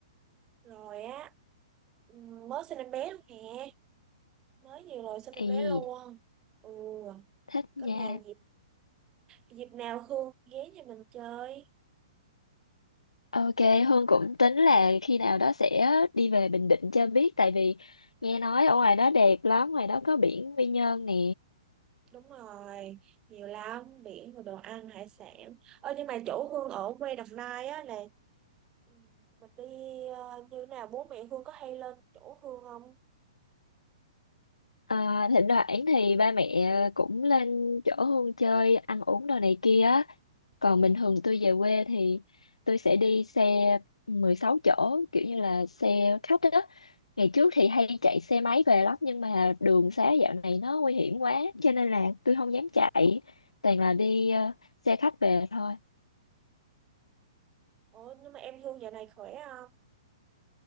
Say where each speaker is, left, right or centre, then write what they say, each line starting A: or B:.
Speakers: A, on the right; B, on the left.
A: rồi á ừm, mới sinh em bé luôn nè mới vừa rồi sinh em
B: Ê,
A: bé luôn ừ
B: thích nha
A: có nào dịp dịp nào Hương ghé nhà mình chơi
B: ok Hương cũng tính là khi nào đó sẽ đi về Bình Định cho biết tại vì nghe nói ở ngoài đó đẹp lắm ngoài đó có biển Quy Nhơn nè
A: đúng rồi nhiều lắm biển rồi đồ ăn hải sản Ơ nhưng mà chỗ Hương ở quê Đồng Nai á là Ừ, Mình đi ờ, như nào bố mẹ Hương có hay lên chỗ Hương không?
B: à, thỉnh thoảng thì ba mẹ cũng lên chỗ Hương chơi ăn uống đồ này kia còn bình
A: Ừ.
B: thường tôi về quê thì tôi sẽ đi xe 16 chỗ kiểu như là xe khách đó ngày trước thì
A: Ừ.
B: hay chạy xe máy về lắm nhưng mà đường xá dạo này nó nguy hiểm quá cho nên là tôi không dám chạy toàn là đi ờ, xe khách về thôi
A: Ủa nhưng mà em Hương giờ này khỏe không?